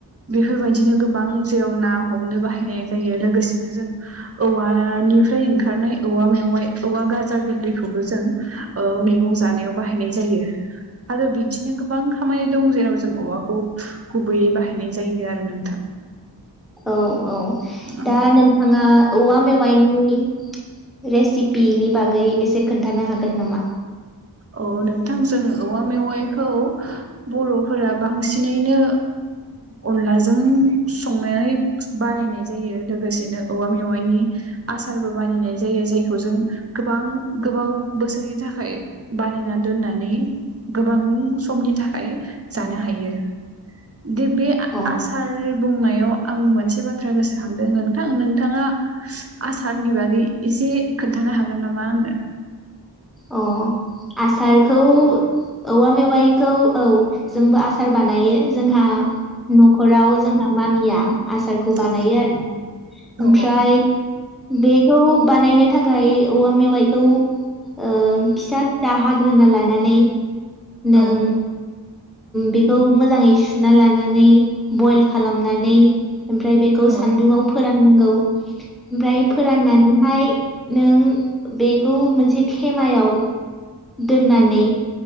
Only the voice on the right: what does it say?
बेफोरबायदिनो गोबां जेराव ना हमनो बाहायनाय जायो लोगोसेनो जों औवानिफ्राय ओंखारनाय औवा मेवाइ औवा गाजा गोरलैखौबो जों मैगं जानायाव बाहायनाय जायो आरो बिदिनो गोबां खामानि दं जेराव जों औवा खौ गुबैयै बाहायनाय जायो आरो नोंथां
औ
औ नोंथां जों औवा मेवाइखौ बर'फोरा बांसिनैनो अनलाजों संनानै बानायनाय जायो लोगोसेनो औवा मेवाइनि आसारबो बानायनाय जायो जायखौ जों गोबां गोबाव बोसोरनि थाखाय बानायना दोननानै गोबां समनि थाखाय जानो हायो। दे बे
आसार बुंनायाव आं मोनसे बाथ्रा गोसोखांदों नोंथां, नोंथाङा आसारनि बागै एसे खोन्थानो हागोन नामा आंनो।
औ
औ
औ
औ
औ